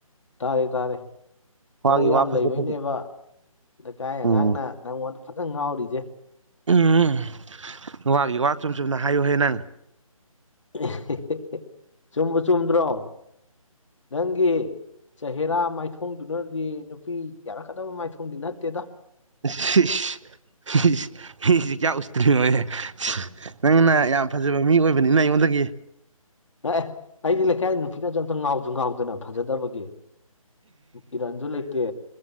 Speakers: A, on the left; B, on the right.
A: ꯇꯥꯔꯦ ꯇꯥꯔ‌ꯦ
B: ꯋꯥꯒꯤ
A: ꯂꯧ ꯌꯥꯝ
B: ꯋꯥ ꯐꯖ
A: ꯂꯩꯕꯩꯅꯦꯕ
B: ꯐꯖ
A: ꯂꯩꯀꯥꯏ
B: ꯎꯝ
A: ꯑꯉꯥꯡꯅ ꯅꯪꯉ‌ꯣꯟꯗ ꯐꯖꯟ ꯉꯥꯎꯔꯤꯁ‌ꯦ
B: ꯎꯝ ꯋꯥꯒꯤ ꯋꯥ ꯆꯨꯝ ꯆꯨꯝꯅ ꯍꯥꯏꯌꯨꯍꯦ ꯅꯪ
A: <unintelligible> ꯆꯨꯝꯕꯨ ꯆꯨꯝꯗ꯭ꯔꯣ ꯅꯪꯒꯤ ꯆꯦꯍꯦꯔꯥ ꯃꯥꯏꯊꯣꯡꯗꯨꯅꯗꯤ ꯅꯨꯄꯤ ꯌꯥꯔꯛꯀꯗꯕ ꯃꯥꯏꯊꯣꯡꯗꯤ ꯅꯠꯇꯦꯗ
B: <unintelligible> ꯃꯤꯁꯦ ꯀꯌꯥ ꯎꯁꯤꯠꯇ꯭ꯔꯤꯅꯣꯅꯦ ꯅꯪꯅ ꯌꯥꯝ ꯐꯖꯕ ꯃꯤ ꯑꯣꯏꯕꯅꯤꯅ ꯑꯩꯉꯣꯟꯗꯒꯤ
A: ꯑꯦ ꯑꯦ ꯑꯩꯗꯤ ꯂꯩꯀꯥꯏ ꯅꯨꯄꯤꯅꯁꯨ ꯑꯝꯇ ꯉꯥꯎꯖꯨ ꯉꯥꯎꯗꯅ ꯐꯖꯗꯕꯒꯤ ꯏꯔꯟꯁꯨ ꯂꯩꯇꯦ